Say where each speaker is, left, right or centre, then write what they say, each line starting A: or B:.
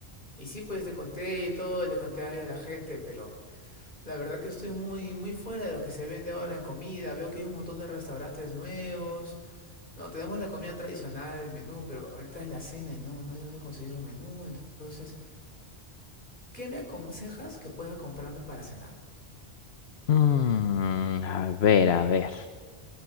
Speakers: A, on the left; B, on the left.
A: Y sí, pues te conté y todo, le conté ahí a la gente, pero la verdad que estoy muy, muy fuera de lo que se vende ahora en comida. Veo que hay un montón de restaurantes nuevos. No, tenemos la comida tradicional, el menú, pero ahorita es la cena y no, no hay dónde conseguir un menú. Entonces, ¿qué me aconsejas que pueda comprarme para cenar?
B: Mm, a ver, a ver.